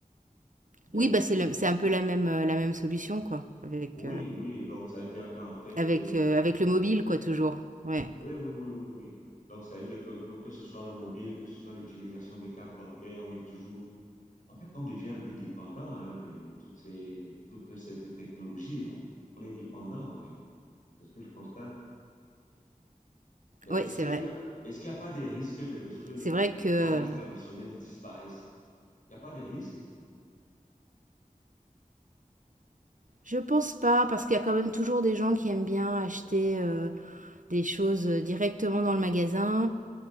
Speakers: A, on the left; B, on the right.
A: Ben,
B: Oui, bah c'est le- c'est un peu la même, euh, la même solution, quoi. Avec,
A: oui,
B: euh,
A: oui, donc ça veut dire qu'en fait,
B: avec,
A: euh,
B: euh, avec le mobile, quoi, toujours. Ouais.
A: oui, oui, oui, oui, oui. Donc ça veut dire que, que, que ce soit le mobile, que ce soit l'utilisation des cartes bancaires, on est toujours, en fait, on devient un peu dépendant hein, de toutes ces, toute cette technologie-là. On est dépendant, en fait. C'est ce que je constate. Ben,
B: Ouais,
A: est-ce
B: c'est
A: qu'il
B: vrai.
A: y a, est-ce qu'il n'y a pas des risques de ce que le,
B: C'est vrai
A: le, le
B: que euh,
A: commerce traditionnel disparaisse? Il n'y a pas de risques?
B: je pense pas, parce qu'il y a quand même toujours des gens qui aiment bien acheter euh, des choses euh, directement dans le magasin.